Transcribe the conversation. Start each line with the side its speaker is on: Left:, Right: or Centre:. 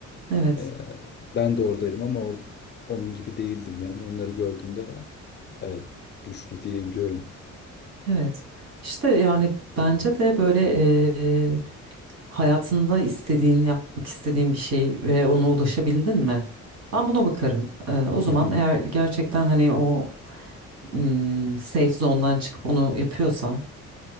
Right: Evet,
Left: Ee, ben de oradaydım ama or- onun gibi değildim yani. Onları gördüğümde evet güçlü diyebiliyorum.
Right: evet. İşte yani bence de böyle e, hayatında istediğin, yapmak istediğin bir şey ve ona ulaşabildin mi? Ben buna bakarım. E, o zaman
Left: Hı hı,
Right: eğer gerçekten hani o hmm, safe zone'dan çıkıp onu yapıyorsam